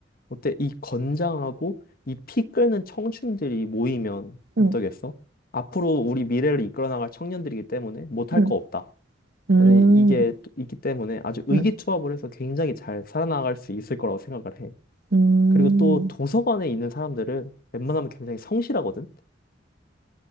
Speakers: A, on the left; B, on the right.
A: 어때 이 건장하고 이 피 끓는 청춘들이 모이면
B: 응,
A: 어떠겠어? 앞으로 우리 미래를 이끌어 나갈 청년들이기 때문에 못할
B: 응,
A: 거 없다.
B: 음,
A: 나는 이게 또 있기 때문에 아주 의기투합을
B: 응,
A: 해서 굉장히 잘 살아나갈 수 있을 거라고 생각을 해.
B: 음,
A: 그리고 또 도서관에 있는 사람들은 웬만하면 굉장히 성실하거든.